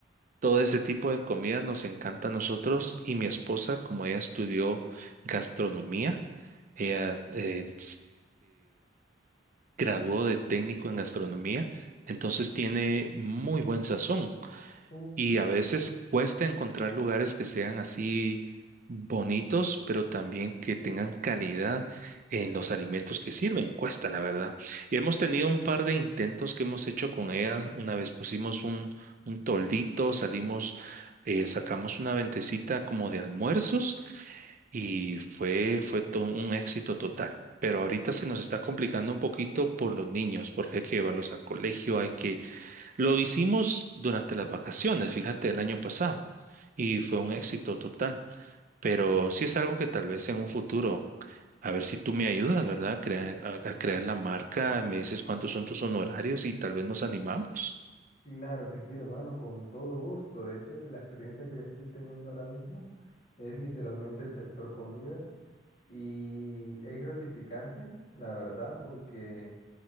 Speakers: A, on the right; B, on the left.
A: todo ese tipo de comida nos encanta a nosotros y mi esposa, como ella estudió gastronomía, ella eh, graduó de técnico en gastronomía, entonces tiene muy buen sazón
B: Uh,
A: y a
B: qué
A: veces
B: rico.
A: cuesta encontrar lugares que sean así bonitos, pero también que tengan calidad en los alimentos que sirven. Cuesta, la verdad. Y hemos tenido un par de intentos que hemos hecho con ella. Una vez pusimos un, un toldito, salimos, eh, sacamos una ventecita como de almuerzos y fue, fue todo un éxito total. Pero ahorita se nos está complicando un poquito por los niños, porque hay que llevarlos al colegio, hay que... Lo hicimos durante las vacaciones, fíjate, el año pasado, y fue un éxito total. Pero sí es algo que tal vez en un futuro, a ver si tú me ayudas, ¿verdad? Crea- a, a crear la marca, me dices cuántos son tus honorarios y tal vez nos animamos.
B: Claro que sí, hermano, con todo gusto. De hecho, la experiencia que yo estoy teniendo ahora mismo es literalmente el sector comidas y es gratificante, la verdad, porque